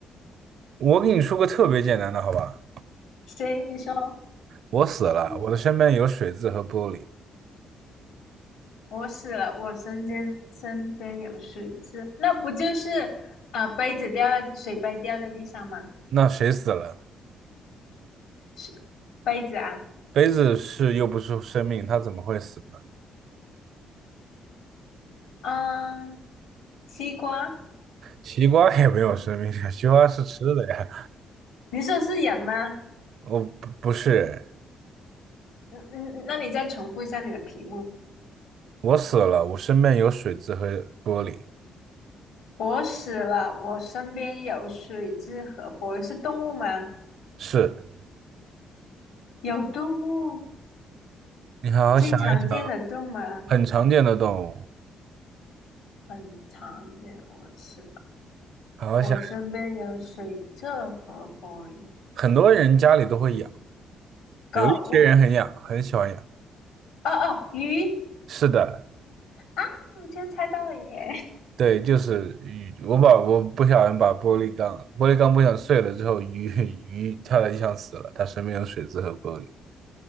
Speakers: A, on the right (about 70°); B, on the left (about 85°).
A: 我给你说个特别简单的，好吧？
B: 行，你说，
A: 我死了，
B: 嗯，
A: 我的身边有水渍和玻璃，
B: 我死了，我身边身边有水渍，那不就是呃杯子掉在水杯掉在地上吗？
A: 那谁死了？
B: 是杯子啊，
A: 杯子是又不是生命，它怎么会死呢？
B: 嗯、西瓜，
A: 西瓜也没有生命啊，西瓜是吃的呀。
B: 你说是人吗？
A: 哦，不不是，
B: 嗯嗯，那你再重复一下你的题目。
A: 我死了，我身边有水渍和玻璃。
B: 我死了，我身边有水蛭和玻是动物吗？
A: 是
B: 有动物，
A: 你好好想一想，
B: 经常见的动物吗？
A: 很常见的动物，
B: 很常见。我吃，
A: 好好想。
B: 我身边有水蛭和玻
A: 很多人家里都会养，
B: 狗。
A: 有一些人很养，很喜欢养。
B: 哦哦，鱼
A: 是的，
B: 啊！我居然猜到了耶！
A: 对，就是鱼。我把我不小心把玻璃缸，玻璃缸不小心碎了之后，鱼 <laughs> 鱼跳在地上死了，它身边有水渍和玻璃。